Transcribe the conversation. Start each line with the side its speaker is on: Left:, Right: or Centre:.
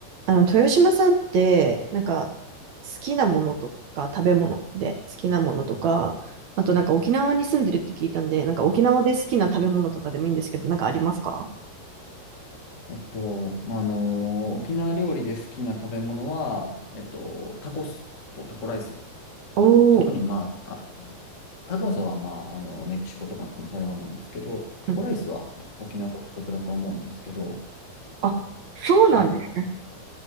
Right: あの、豊島さんって、なんか、好きなものとか、食べ物で好きなものとか、あとなんか沖縄に住んでるって聞いたんで、なんか沖縄で好きな食べ物とかでもいいんですけど、なんかありますか
Left: えっと、まあ、あの、沖縄料理で好きな食べ物は、えっと、タコスとタコライス。
Right: おー
Left: 特に、まあ、あタコスは、まあ、あの、メキシコとかの食べ物なんですけど、タコライスは沖縄独特だと思うんですけど、
Right: うん。あ、そうなんです。
Left: あの、